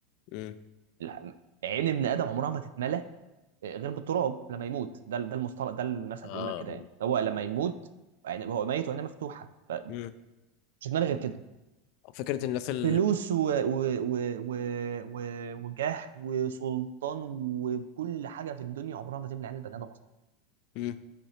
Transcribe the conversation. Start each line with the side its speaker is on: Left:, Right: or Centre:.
Left: مم.
Right: الع- عين ابن ادم عمرها ما تتملى آه، غير بالتراب لما يموت ده ال- ده المصطلح ده المثل
Left: اه
Right: بيقول لك كده يعني هو لما يموت يعني هو ميت وعينه مفتوحه فمش
Left: مم.
Right: هتملى غير كده
Left: فكرة الناس اللي
Right: فلوس و... و... و... و... و... وجاه وسلطان وكل حاجه في الدنيا عمرها ما تملى عين البني ادم اصلا
Left: مم.